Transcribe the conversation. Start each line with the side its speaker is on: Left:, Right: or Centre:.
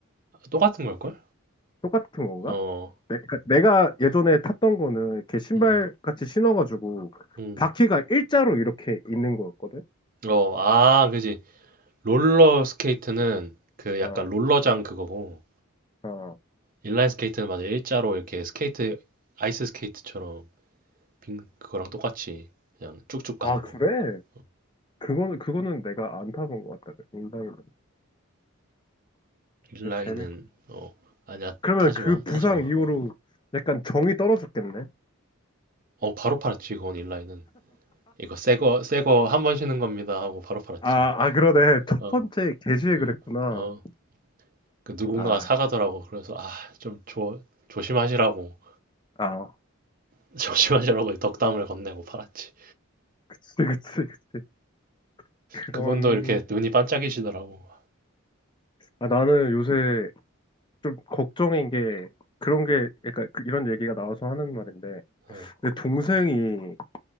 Right: 아, 음. 똑같은 걸걸?
Left: 똑같은 건가?
Right: 어,
Left: 내, 그러니까 내가 예전에 탔던 거는 이렇게 신발
Right: 음,
Left: 같이 신어가지고
Right: 음.
Left: 바퀴가 일자로 이렇게 있는 거였거든?
Right: 어, 아, 그지. 롤러 스케이트는 그 약간
Left: 어,
Right: 롤러장 그거고
Left: 어.
Right: 인라인 스케이트는 맞아 일자로 이렇게 스케이트 아이스 스케이트처럼 빙 그거랑 똑같이 그냥 쭉쭉 가는
Left: 아, 그래?
Right: 거. 어,
Left: 그거는 그거는 내가 안 타본 것 같다. 그 인라인은.
Right: 인라인은
Left: 근데 재밌.
Right: 어 아니야
Left: 그러면
Right: 타지
Left: 그
Right: 마
Left: 부상
Right: 타지 마.
Left: 이후로
Right: 어,
Left: 약간 정이 떨어졌겠네.
Right: 어, 바로 팔았지 그건 인라인은 이거 새거 새거 한 번 쉬는 겁니다 하고 바로 팔았지.
Left: 아, 아 그러네. <laughs> 첫
Right: 어
Left: 번째 게시에
Right: 어
Left: 그랬구나.
Right: 어 그 누군가가
Left: 아,
Right: 사가더라고 그래서 아좀 조심하시라고
Left: 아,
Right: <laughs> 조심하시라고 덕담을 건네고 팔았지.
Left: 그치, 그치, 그치. 그런.
Right: 그분도 이렇게 눈이 반짝이시더라고.
Left: 아, 나는 요새 좀 걱정인 게 그런 게, 그러니까 그- 이런 얘기가 나와서 하는 말인데,
Right: 어.
Left: 내 동생이